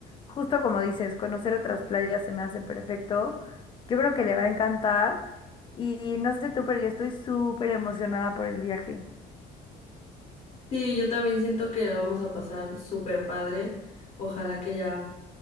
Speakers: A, on the left; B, on the left.
A: Justo como dices, conocer otras playas se me hace perfecto. Yo creo que le va a encantar. Y no sé tú, pero yo estoy súper emocionada por el viaje.
B: Sí, yo también siento que la vamos a pasar súper padre. Ojalá que ya,